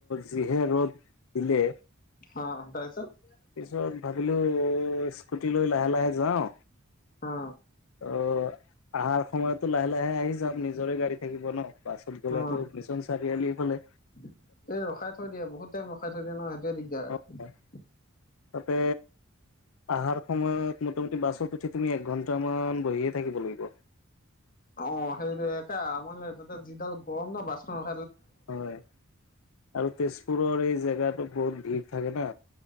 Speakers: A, on the left; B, on the left.
A: জিহে ৰ'দ। দিলে
B: অ তাৰ পাছত।
A: পিছত ভাবিলোঁ, স্কুটি লৈ লাহে লাহে যাওঁ।
B: অ
A: অ'। আহাৰ সময়তো লাহে লাহে আহি যাম নিজৰে গাড়ী থাকিব ন, বাছত গ'লেতো
B: অ
A: মিছন চাৰিআলি হ'লে।
B: এই ৰখাই থৈ দিয়ে, বহুত টাইম ৰখাই থৈ দিয়ে ন সেইটোৱে দিগদাৰ
A: হয়।
B: আৰু।
A: তাতে আহাৰ সময়ত ম মোটামুটি বাছত উঠি তুমি একঘণ্টামান বহিয়ে থাকিব লাগিব।
B: অ' সেইটো একে মই তাতে যিডাল গৰম ন বাছখনত।
A: হয়'আৰু তেজপুৰৰ এই জেগাটো বহুত ভিৰ থাকে না,